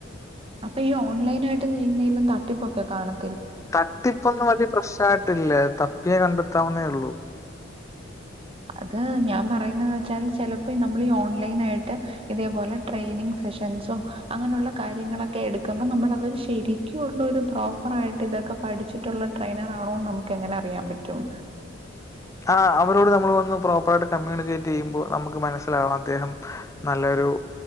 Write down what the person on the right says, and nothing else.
അപ്പൊ ഈ ഓൺലൈൻ ആയിട്ട് <unintelligible> തട്ടിപ്പൊക്കെ കാണും
അത് ഞാൻ പറയുന്നെന്ന് വെച്ചാൽ ചെലപ്പോ നമ്മള് ഈ ഓൺലൈൻ ആയിട്ട് ഇതേപോലെ ട്രെയിനിങ് സെഷൻസും അങ്ങനെയുള്ള കാര്യങ്ങളൊക്കെ എടുക്കുമ്പോ നമ്മള് അവര് ശരിക്കുള്ളരു പ്രോപ്പർ ആയിട്ട് ഇതൊക്കെ പഠിച്ചിട്ടുള്ള ട്രെയിനർ ആണോന്ന് നമുക്ക് എങ്ങനെ അറിയാൻ പറ്റും